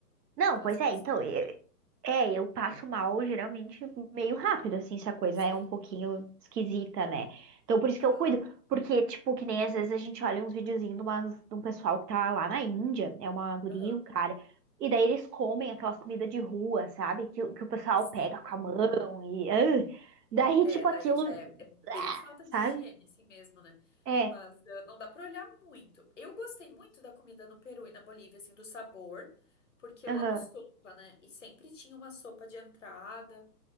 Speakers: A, on the right (about 70°); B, on the left (about 50°).
A: Não,
B: em relação
A: pois é,
B: ao estômago.
A: então, eu, é, eu passo mal geralmente meio rápido, assim, se a coisa
B: Sim,
A: é um pouquinho esquisita, né? Então, por isso que
B: aham,
A: eu cuido. Porque, tipo, que nem às vezes a gente olha uns videozinhos de, umas- de um pessoal que tá lá na Índia, é uma guria,
B: aham.
A: e um cara, e daí eles comem aquelas comidas de rua, sabe? Que, o- que o pessoal
B: Sim,
A: pega com a mão e. ah, daí,
B: é,
A: tipo,
B: daí
A: aquilo.
B: já é, é
A: ah,
B: bem falta
A: sabe?
B: de higiene, assim mesmo, né?
A: É,
B: Mas eh, não dá pra olhar muito. Eu gostei muito da comida no Peru e na Bolívia, assim, do sabor, porque
A: aham.
B: eu amo sopa, né? E sempre tinha uma sopa de entrada.